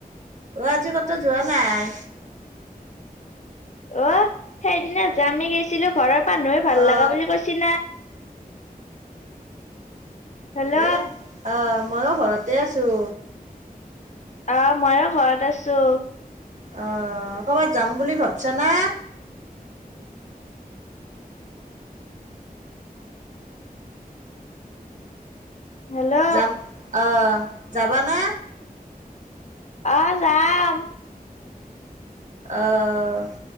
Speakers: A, on the right; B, on the left.
A: আজি ক'ত যোৱা নাই?
B: অ', সেইদিনা যামি গৈছিলোঁ ঘৰৰ মানুহে ভাল
A: অ
B: লগা বুলি কৈছ না। হেল্ল'
A: এই অ', ময়ো ঘৰতে আছোঁ।
B: অ', মইয়ো ঘৰত আছোঁ।
A: অঁ, ক'ৰবাত যাম বুলি ভাবছনা।
B: হেল্ল'
A: যাম অ', যাবানা?
B: অঁ, যাম।
A: অঁ,